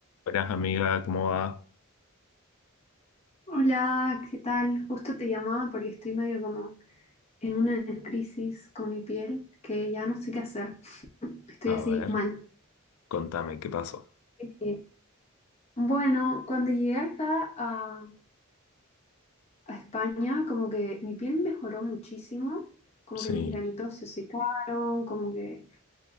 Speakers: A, on the left (about 80°); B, on the left (about 30°).
A: Buenas amiga, ¿cómo va?
B: Hola, ¿qué tal? Justo te llamaba porque estoy medio como en una crisis con mi piel que ya no sé qué hacer. Estoy
A: A
B: así
A: ver,
B: mal.
A: contame, ¿qué pasó?
B: Eh, Bueno, cuando llegué acá a, a España, como que mi piel mejoró muchísimo, como
A: Sí,
B: que mis granitos se secaron, como que